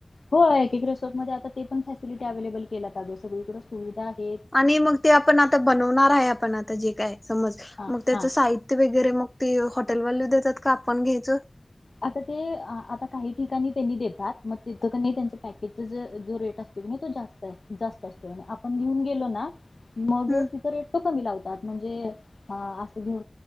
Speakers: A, on the left; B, in the centre.
A: होय. एक रिसॉर्ट मध्ये आता ते पण फॅसिलिटी अवेलेबल केलात ग आता सगळीकड सुविधा आहे.
B: आणि मग ते आपण आता बनवणार आहे आपण आ आता जे काय समज
A: हा
B: मग त्याचं
A: हा
B: साहित्य वगैरे मग ते हॉटेलवाली देतात का आपण घ्यायचं?
A: आता ते आ आता काही ठिकाणी त्यांनी देतात. मग तिथकनी त्यांच पॅकेजच ज जो रेट असतोय कनी तो जास्त अस जास्त असतोय म आपण घेऊन गेलो ना मग
B: हम्
A: तिथं रेटपण कमी लावतात आ म्हणजे आ असं घेऊ